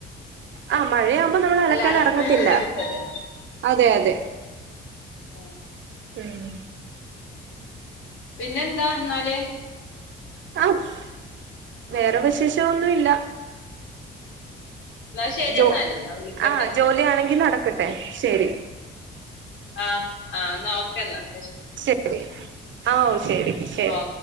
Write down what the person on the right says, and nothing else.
ആ മഴയാവും അപ്പം നമ്മൾ അലക്കാൻ
എറങ്ങത്തില്ല
അതെ അതെ
ഉം
<unintelligible> വേറെ വിശേഷം ഒന്നും ഇല്ല
ജോ
ആഹ ജോലിയാണെങ്കി നടക്കട്ടെ ശെരി
ശരി ആ ഓ ശരി ശരി